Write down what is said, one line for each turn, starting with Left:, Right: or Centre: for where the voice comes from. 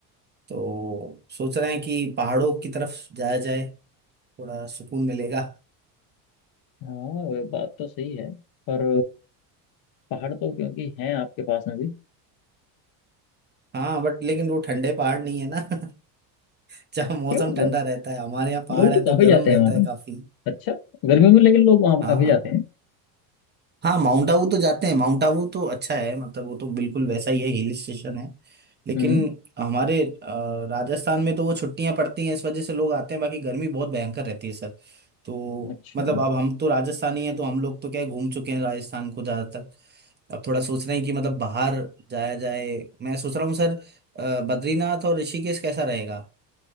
Right: तो सोच रहे हैं कि पहाड़ों की तरफ जाया जाए थोड़ा सुकून मिलेगा
Left: हाँ वो बात तो सही है पर पहाड़ तो क्योंकि हैं आपके पास में भी
Right: हाँ बट लेकिन वो ठंडे पहाड़ नहीं है ना <laughs> जहाँ मौसम
Left: क्यों
Right: ठंडा रहता है हमारे यहाँ पहाड़
Left: लोग
Right: है
Left: तो
Right: तो
Left: काफी
Right: गर्म
Left: जाते
Right: रहता
Left: हैं वहाँ
Right: है
Left: पे
Right: काफी
Left: अच्छा गर्मियों में लेकिन लोग वहाँ पर
Right: हाँ
Left: काफी जाते हैं
Right: हाँ माउंट आबू तो जाते हैं माउंट आबू तो अच्छा है मतलब वो तो बिल्कुल वैसा ही है हिल स्टेशन है लेकिन
Left: हम्म
Right: हमारे अ, राजस्थान में तो वो छुट्टियां पड़ती हैं इस वजह से लोग आते हैं बाकी गर्मी बहुत भयंकर रहती है सर तो
Left: अच्छा
Right: मतलब अब हम तो राजस्थानी हैं तो हम लोग तो क्या है घूम चुके हैं राजस्थान को ज़्यादातर अब थोड़ा सोच रहे हैं कि मतलब बाहर जाया जाए मैं सोच रहा हूँ सर अ, बद्रीनाथ और ऋषिकेश कैसा रहेगा